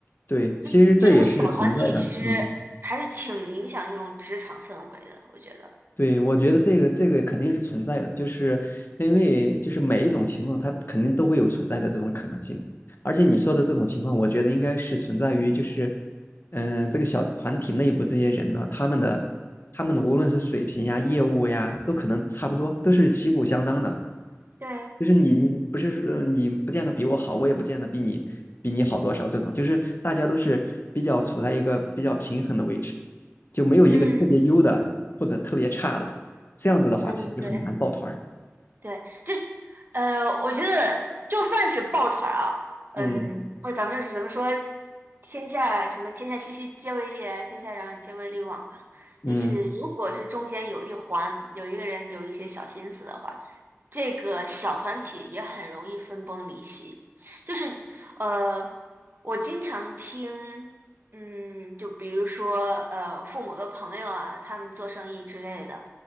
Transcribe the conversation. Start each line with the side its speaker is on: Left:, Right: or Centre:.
Left: 对，
Right: 就是这种小团体其实
Left: 其实这也是存在的，嗯，
Right: 还是挺影响这种职场氛围的，我觉得。
Left: 对，我觉得这个这个肯定是存在的，就是因为就是每一种情况，它肯定都会有存在的这种可能性，而且你说的这种情况，我觉得应该是存在于就是，嗯、这个小团体内部这些人呢，他们的他们的无论是水平呀、业务呀，都可能差不多，都是旗鼓相当的，
Right: 对，
Left: 就是你不是说呃你不见得比我好，我也不见得比你比你好多少，这种就是大家都是比较处在一个比较平衡的位置，就没有一个特别优的或者特别差的，
Right: 嗯
Left: 这样子的话其实很难抱团儿。
Right: 嗯，对。对，就是呃，我觉得就算是抱团儿啊，嗯，
Left: 嗯
Right: 或者咱们是怎么说，天下什么天下熙熙皆为利来，天下攘攘皆为利往嘛。
Left: 嗯
Right: 就是如果是中间有一环有一个人有一些小心思的话，这个小团体也很容易分崩离析。就是呃，我经常听。嗯，就比如说，呃，父母的朋友啊，他们做生意之类的，